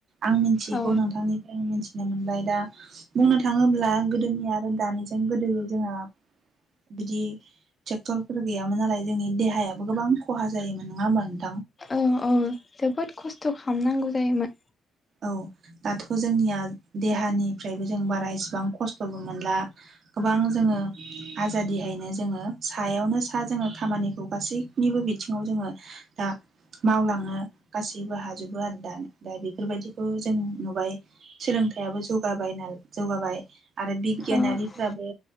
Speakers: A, on the right; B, on the left.
A: आं मिथियैखौ
B: औ
A: नोंथांनिफ्राय आं मिथिनो मोनबाय दा बुंनो थाङोब्ला गोदोनि आरो दानिजों गोदो जोंहा बिदि ट्रेक्टरफोर गैयामोन नालाय, जोंनि देहा देहायाबो गोबां खहा जायोमोन नङा होनबा नों
B: औ औ जोबोद खस्थ' खालामनांगौ जायोमोन।
A: औ दाथ' जोंनिया देहानिफ्रायबो जों बारा इसिबां खस्थ'बो मोनला, गोबां जोङो आजादिहायनो जोङो सायावनो सा जोङो खामानिखौ गासैनिबो बिथिङाव जोङो दा मावलाङो। गासैबो हाजोबो आरो दानो दा बेफोरबायदि खौ‌ जों नुबाय सोलोंथाइआबो जौगाबायना जौगाबाय आरो बिगियानारिफ्राबो
B: औ